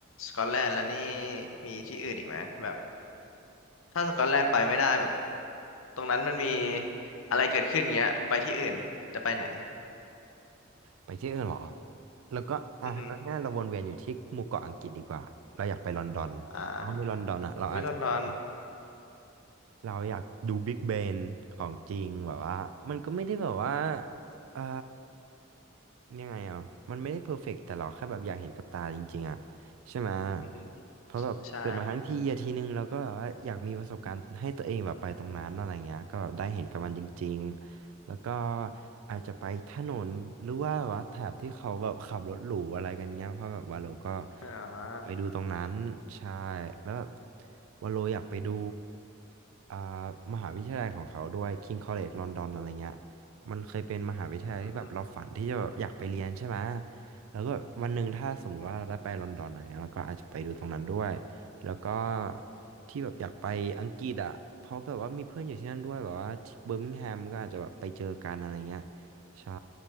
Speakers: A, on the left; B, on the right.
A: สกอตแลนด์แล้วนี่มีที่อื่นอีกไหมแบบ ถ้าสกอตแลนด์ไปไม่ได้แบบตรงนั้นมันมีอะไรเกิดขึ้นเงี้ยไปที่อื่นจะไปไหน
B: ไปที่อื่นเหรอ แล้วก็อ่ะเอาง่ายๆเราวนเวียนอยู่ที่หมู่เกาะอังกฤษดีกว่า
A: อือฮึ
B: เราอยากไปลอนดอนเพราะในลอนดอนอ่ะเราอาจจะแบบว่า
A: อ่าวิลอนดอน
B: เราอยากดู Big b เ n นของจริงแบบว่ามันก็ไม่ได้แบบว่าเอ่อยังไงอ่ะมันไม่ได้เพอร์เฟกต์แต่เราแค่แบบอยากเห็นกับตาจริงๆอ่ะใช่ไหม
A: อือฮึ
B: เพราะแบบเกิดมาทั้งทีอะทีนึงเราก็แบบว่าอยากมีประสบการณ์ให้ตัวเองแบบไปตรงนั้นอะไรเงี้ยก็แบบได้เห็นกับมันจริงๆแล้วก็
A: ใช่ใช่
B: อาจจะไปถนนหรือว่าแบบว่าแถบที่เขาแบบขับรถหรูอะไรกันเงี้ยเพราะแบบวาโลก็
A: อ่า
B: ไปดูตรงนั้นใช่แล้วแบบวาโลอยากไปดู อ่ามหาวิทยาลัยของเขาด้วย King College London อะไรเงี้ยมันเคยเป็นมหาวิทยาลัยที่แบบเราฝันที่จะแบบอยากไปเรียนใช่ไหม
A: อือฮึ
B: แล้วก็วันหนึ่งถ้าสมมุติว่าเราได้ไปลอนดอนอะไรเงี้ยเราก็อาจจะไปดูตรงนั้นด้วยแล้วก็ที่แบบอยากไปอังกฤษอ่ะเพราะแบบว่ามีเพื่อนอยู่ที่นั่นด้วยแบบว่าที่เบอร์มิงแฮมก็อาจจะแบบไปเจอกันอะไรเงี้ยใช่